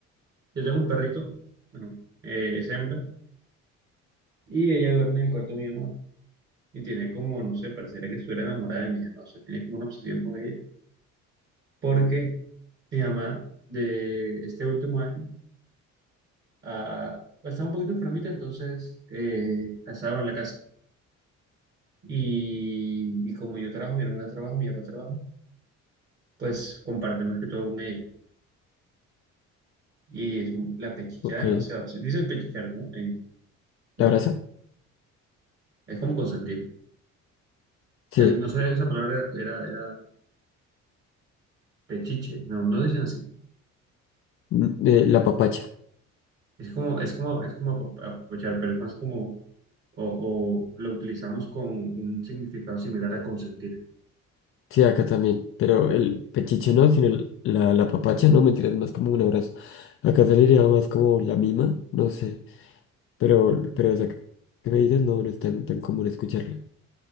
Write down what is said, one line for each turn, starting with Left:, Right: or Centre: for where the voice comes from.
Right: yo tengo un perrito, bueno, eh, es hembra, y ella duerme en el cuarto de mi mamá. Y tiene como, no sé, pareciera que estuviera enamorada de mi mamá, o sea, tiene como una obsesión con ella. Porque mi mamá, de este último año, ah, estaba un poquito enfermita, entonces eh, estaba en la casa. Y, y como yo trabajo, mi hermana trabaja, mi papá trabaja, pues comparte más que todo con ella. Y es mu- la pechicha
Left: Ok.
Right: demasiado. Se Dicen pechichar, ¿no? En Bogotá.
Left: ¿La abraza?
Right: Es como consentir.
Left: Sí.
Right: Eh, No sabía que esa palabra era, era, era pechiche. No, no dicen así.
Left: Mm, eh, la papacha.
Right: Es como, es como, es como apap- apapachar, pero es más como, o, o lo utilizamos con un significado similar a consentir.
Left: Sí, acá también, pero el pechiche no, sino el- la, la papacha, no, mentira, es más como un abrazo. Acá se le diría más como la mima, no sé, pero, pero esa que me dices no, no es tan, tan común escucharla.